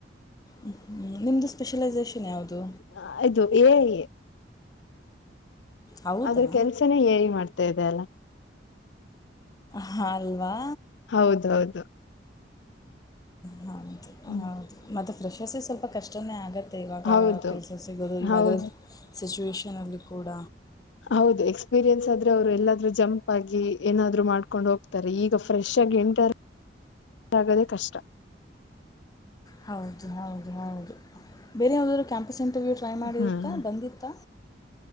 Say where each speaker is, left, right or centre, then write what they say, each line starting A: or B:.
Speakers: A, on the left; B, on the left.
A: ಹಞ ನಿಮ್ಮ್ದು ಸ್ಪೆಷಲೈಸೇಷನ್ ಯಾವುದು
B: ಹ ಅದು ಏ ಐ
A: ಹೌದಾ
B: ಆದ್ರ ಕೆಲ್ಸನೇ ಏ ಐ ಮಾಡ್ತಾ ಇದೆ ಅಲ್ಲ
A: ಹಲ್ವಾ
B: ಹೌದೌದು
A: ಹೌದು
B: ಹ್ಮ್
A: ಹೌದು ಮತ್ತೆ ಫ್ರೆಶಸ ಸ್ವಲ್ಪ ಕಷ್ಟನೇ ಆಗತ್ತೆ ಮತ್ತು ಇವಾಗ
B: ಹೌದು
A: ಕೆಲಸ ಸಿಗೋದು ಇವಾಗಲ್ಲ
B: ಹೌದು
A: ಸಿಚುವೇಷನಲ್ಲಿ ಕೂಡ
B: ಹೌದು ಎಕ್ಸ್ಪೀರಿಯನ್ಸ್ ಆದ್ರೆ ಅವ್ರು ಎಲ್ಲಾದ್ೂ ಜಂಪ್ ಆಗಿ ಏನಾದ್ರು ಮಾಡ್ಕೊಂಡ್ ಹೋಗ್ತಾರೆ ಈಗ ಫ್ರೆಶ್ ಆಗಿ ಎತ ಆಗೋದೆ ಕಷ್ಟ
A: ಹೌದು ಹೌದು ಹೌದು ಬೇರೆ ಯಾವು್ದಾದ್ೂ ಕ್ಯಾಂಪಸ್ ಇಂಟರ್ವ್ಯೂ ಟ್ರೈ ಮಾಡಿತ್ತಾ
B: ಹ್ಮ್
A: ಬಂದಿತ್ತಾ